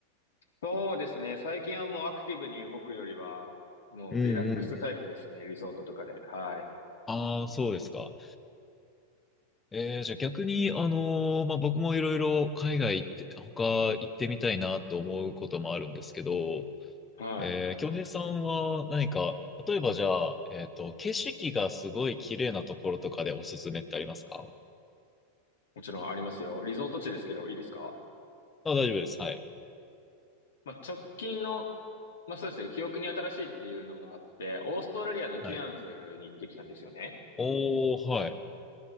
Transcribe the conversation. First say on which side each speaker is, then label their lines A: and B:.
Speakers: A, on the left; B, on the left.
A: そうですね。最近はもうアクティブに動くよりは、もうリラックスタイプですね。
B: うんうんうん。
A: リゾートとかで。はい。
B: ああ、そうですか。えー、じゃあ逆に、あのーまあ僕もいろいろ海外行って、他行ってみたいなと思うこともあるんですけど、
A: はい。
B: えー、京平さんは何か、例えばじゃあ、えっと、景色がすごい綺麗なところとかでおすすめってありますか
A: もちろんありますよ。リゾート地ですけど、いいですか
B: あ、大丈夫です。はい。
A: まあ、直近の、まあそうですね。記憶に新しいっていうのもあって、オーストラリアのケアンズに行ってきたんですよね。
B: はいおー、はい。